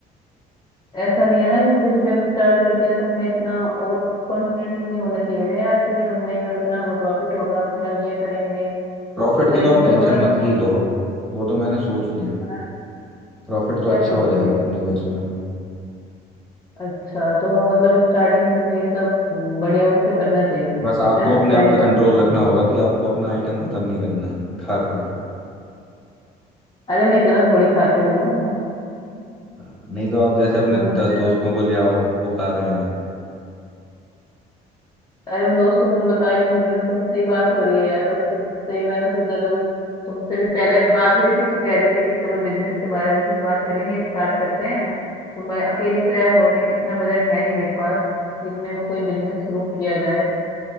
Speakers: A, on the left; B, in the centre.
A: ऐसा नहीं है ना कि कुछ भी हम स्टार्ट करते हैं तो हमें इतना ओवर कॉन्फिडेंट भी नहीं होना चाहिए ना यार कि हम नहीं अब इतना हमें प्रॉफिट होगा फिर हम ये करेंगे
B: प्रॉफिट
A: वो करेंगे
B: की तो आप
A: तो
B: टेंशन
A: थोड़ा सा
B: मत
A: अगर-
B: ही लो वो तो मैंने सोच लिया है
A: हाँ,
B: प्रॉफिट तो
A: क्या
B: अच्छा
A: सोच
B: हो जाएगा
A: लिया
B: अपने
A: फिर?
B: को इसमें
A: अच्छा तो हमें मतलब स्टार्टिंग से भी ये सब बढ़िया उससे करना चाहिए
B: बस आपको
A: है
B: अपने
A: कहने
B: आप पे
A: का
B: कंट्रोल
A: मतलब,
B: रखना होगा कि आपको अपना आइटम खत्म नहीं करना है खा खा के
A: अरे मैं इतना थोड़ी खाती हुई हूँ
B: हाँ, नहीं तो आप जैसे अपने
A: तुमने
B: दस
A: तो
B: दोस्तों को ले आओ वो खा रहे हैं
A: अरे मैं दोस्तों को तो बता ही नहीं रही हूँ तुमसे ही बात हो रही है यार बस तुमसे ही मैंने सोचा चलो तुमसे भी पहले बात हुई थी तो कह रहे थे कि चलो बिजनेस के बारे में कुछ बात करेंगे स्टार्ट करते हैं तो मैं अकेली तो यार हो नहीं इतना बजट है नहीं मेरे पास कि इतने में कोई बिजनेस शुरू किया जाए